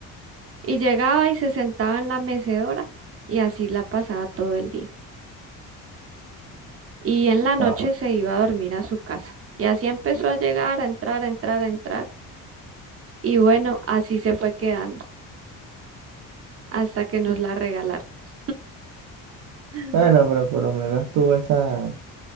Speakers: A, on the right; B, on the right.
A: Y llegaba y se sentaba en la mecedora y así la pasaba todo el día. Y en la noche
B: Ah,
A: se iba a dormir a su casa. Y así empezó a llegar, a entrar, a entrar, a entrar. Y bueno, así se fue quedando hasta que nos la regalaron. <gasps> <laughs>
B: Bueno, pero por lo menos tuvo esa,